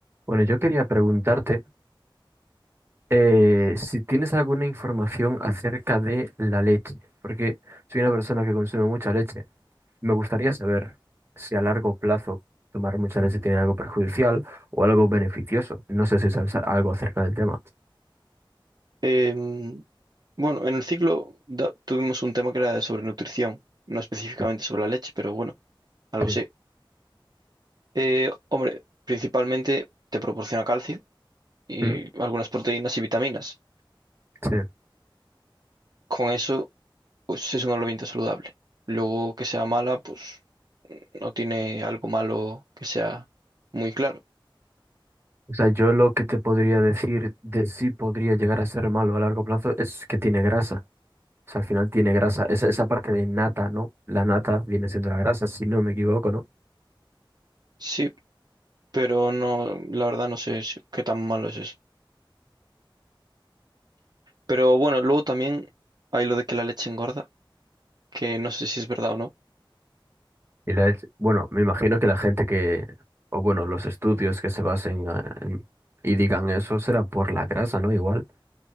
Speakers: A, on the right (about 30°); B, on the right (about 50°).
A: Bueno, yo quería preguntarte eh, si tienes alguna información acerca de la leche, porque soy una persona que consume mucha leche. Me gustaría saber si a largo plazo tomar mucha leche tiene algo perjudicial o algo beneficioso. No sé si sabes a- algo acerca del tema.
B: Em, bueno, en el ciclo da- tuvimos un tema que era sobre nutrición, no específicamente
A: Mm,
B: sobre la leche, pero bueno, algo
A: Sí.
B: sí. Eh, hombre, principalmente te proporciona calcio y
A: Mm,
B: algunas proteínas y vitaminas.
A: sí.
B: Con eso, pues es un alimento saludable. Luego que sea mala, pues no tiene algo malo que sea muy claro.
A: O sea, yo lo que te podría decir de si podría llegar a ser malo a largo plazo es que tiene grasa. O sea, al final tiene grasa. Esa, esa parte de nata, ¿no? La nata viene siendo la grasa, si no me equivoco, ¿no?
B: Sí, pero no, la verdad no sé si- qué tan malo es eso. Pero bueno, luego también hay lo de que la leche engorda, que no sé si es verdad o no.
A: Y la, bueno, me imagino que la gente que, o bueno, los estudios que se basen a- en- y digan eso será por la grasa, ¿no? Igual,